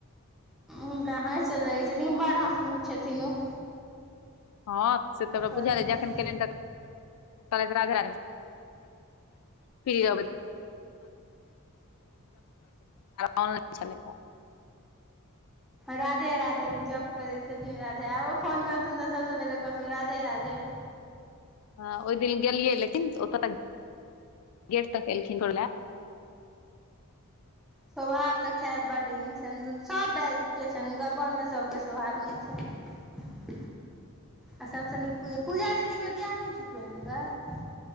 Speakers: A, in the centre; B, on the left (about 75°).
A: हुनका हँस लगै छै लेकिन बड़ हसमुख छथिन ओ
B: हँ से तऽ हमरा
A: कहलखिन
B: बुझा दे जखन केलनि त कहलति राधे राधे फ्री रहबै ऑला छलै
A: राधे राधे जप करै छथिन राधे आो फोन करथुन तऽ सबसँ पहिले कहथुन राधे रधे <unintelligible>
B: हँ ओहि दिन गेलियै लेकिन ओतऽ तक गेट तक एलखिन छोड़ै ले
A: स्वभाव तऽ खैर बड नीक छनि सभ बाजके छनि हुनका घरमे सभके स्वभाव नीक छनि <unintelligible>
B: <unintelligible>
A: आ सबसँ नीक पूजा दीदीके बियाह ठिक नहि भेलनि